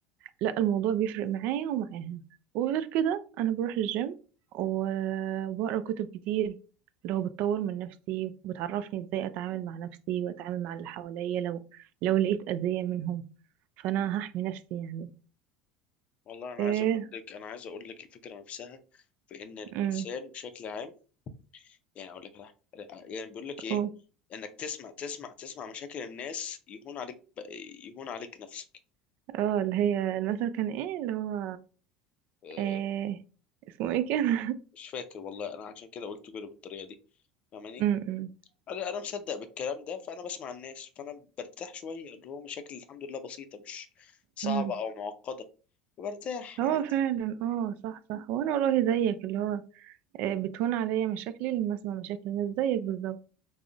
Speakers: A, on the right; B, on the left.
A: لا الموضوع بيفرق معايا ومعاها وغير كده انا بروح الجيم و- وبقرا كتب كتير اللي هو بتطور من نفسي وبتعرفني ازاي اتعامل مع نفسي واتعامل مع اللي حواليا لو لو لقيت اذية منهم فانا هحمي نفسي يعني
B: والله أنا
A: ايه
B: عايز أقول لك أنا عايز أقول لك الفكرة نفسها في إن الإنسان
A: امم
B: بشكل عام يعني أقول لك على حاجة. يعني بيقول لك إيه
A: اه
B: إنك تسمع تسمع تسمع مشاكل الناس يهون عليك يهون عليك نفسك
A: اه اللي هي المثل كان ايه اللي هو
B: آه،
A: ايه اسمه ايه كان
B: مش فاكر والله انا عشان كده قلت كده بالطريقه دي فاهماني
A: <laughs>
B: انا انا مصدق بالكلام ده فانا بسمع الناس فانا برتاح شويه اللي هو مشاكل الحمد لله بسيطه مش صعبه
A: امم
B: او معقده برتاح
A: هو
B: عادي
A: فعلا اه صح صح وانا والله زيك اللي هو آه، بتهون عليا مشاكلي لما اسمع مشاكل الناس زيك بالظبط